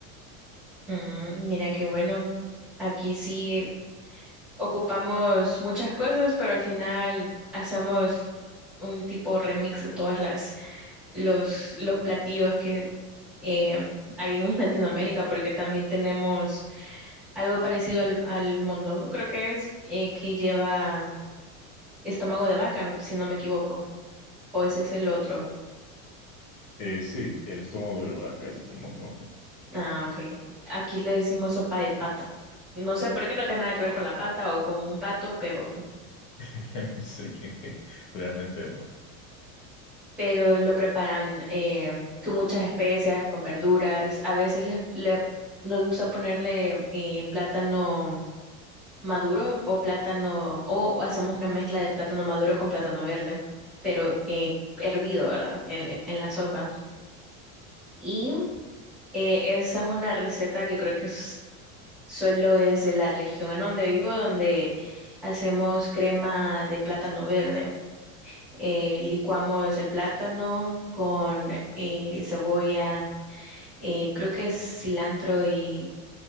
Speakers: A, in the centre; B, on the left.
A: Mm, mira qué bueno. Aquí sí ocupamos muchas cosas, pero al final hacemos un tipo remix de todas las los, los platillos que eh, hay en <laughs> Latinoamérica, porque también tenemos algo parecido al, al mondongo, creo que es, eh, que lleva estómago de vaca, n- si no me equivoco, o ese es el otro.
B: Eh, sí, el estómago de vaca, ese es el mondongo.
A: Ah, ok. Aquí le decimos sopa de pata. No sé por qué no tiene nada que ver con la pata o con un pato, pero,
B: <laughs> Sí, realmente no.
A: pero lo preparan eh, con muchas especias, con verduras. A veces les, le- nos gusta ponerle eh, plátano maduro o plátano, o o hacemos una mezcla de plátano maduro con plátano verde, pero eh, hervido, ¿verdad? En, e, en la sopa. Y eh, esa es una receta que creo que es- solo es de la región en donde vivo, donde hacemos crema de plátano verde. Eh, licuamos el plátano con eh, cebolla, eh, creo que es cilantro y